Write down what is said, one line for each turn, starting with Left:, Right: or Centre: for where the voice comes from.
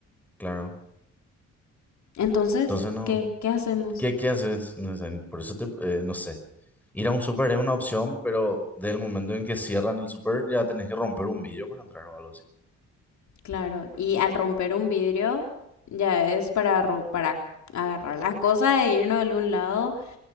Centre: Claro.
Left: Entonces,
Centre: Entonces, no.
Left: ¿qué? ¿Qué hacemos?
Centre: ¿Qué, qué haces? No sé, por eso te, eh, no sé. Ir a un súper es una opción, pero desde el momento en que cierran el súper ya tenés que romper un vidrio para entrar o algo así.
Left: Claro, y al romper un vidrio ya es para ro- para agarrar las cosas e irnos a algún lado